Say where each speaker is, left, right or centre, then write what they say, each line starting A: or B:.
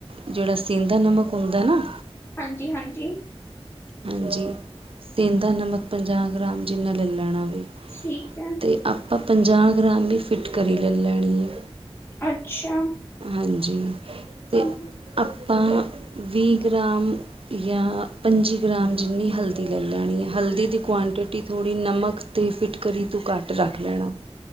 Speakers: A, on the right; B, on the left.
A: ਜਿਹੜਾ ਸੇਂਦਾ ਨਮਕ ਹੁੰਦਾ ਨਾ।
B: ਹਾਂਜੀ -ਹਾਂਜੀ।
A: ਹਾਂਜੀ ਸੇਂਦਾ ਨਮਕ ਪੰਜਾਹ ਗ੍ਰਾਮ, ਜਿੰਨਾ ਲੈ ਲੈਣਾ ਵੇ।
B: ਠੀਕ ਹੈ।
A: ਤੇ ਆਪਾਂ ਪੰਜਾਹ ਗ੍ਰਾਮ ਹੀ ਫਿੱਟ ਕਰੀ ਲੈ ਲੈਣੀ ਏ
B: ਅੱਛਾ
A: ਹਾਂਜੀ, ਤੇ।
B: ਹਮ,
A: ਆਪਾਂ ਵੀਹ ਗ੍ਰਾਮ ਜਾਂ ਪੰਜੀ ਗ੍ਰਾਮ ਜਿੰਨੀ ਹਲਦੀ। ਹਲਦੀ ਲੈ ਲੈਣੀ ਹੈ, ਹਲਦੀ ਦੀ ਕੁਆਂਟਿਟੀ ਥੋੜ੍ਹੀ ਨਮਕ 'ਤੇ ਫਿੱਟਕਰੀ ਤੋਂ ਘੱਟ ਰੱਖ ਲੈਣਾ।